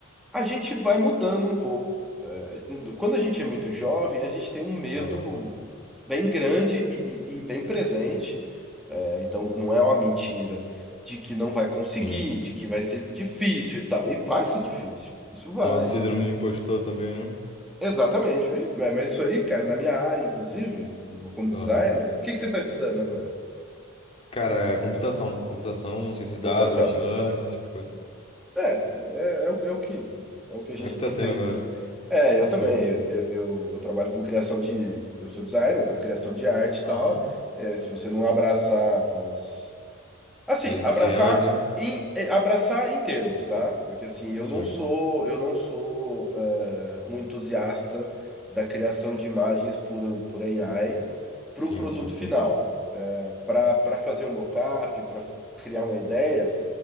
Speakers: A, in the centre; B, on the left (about 25°).
A: a gente vai mudando um pouco. É, quando a gente é muito jovem, a gente tem um medo
B: Aham,
A: bem grande e, e- e bem presente. É, então, não é uma mentira de que não vai conseguir,
B: sim.
A: de que vai ser difícil e tal. E vai ser difícil. Isso vai.
B: um síndrome de impostor também, né?
A: Exatamente. Ih, Mas mas isso aí, cara, na minha área, inclusive, como designer,
B: Aham.
A: o que que você está estudando agora?
B: Cara, é computação. Computação, ciência de dados,
A: Computação.
B: machine learning, esse tipo de coisa
A: É, é, é, o é o que é o que a
B: É
A: gente
B: o que
A: tem
B: tá tendo
A: feito.
B: agora.
A: É, eu
B: Sim.
A: também. Eu, eu, eu trabalho com criação de. Eu sou designer, então criação de arte e
B: Aham.
A: tal. É, se você não abraçar as. Assim,
B: As
A: abraçar
B: IAs, né?
A: em, eh, abraçar em termos, tá? Porque assim, eu
B: Sim.
A: não sou, eu não sou eh, um entusiasta da criação de imagens por, por AI para
B: Sim,
A: o produto
B: sim, sim.
A: final. Para para fazer um mockup, para criar uma ideia.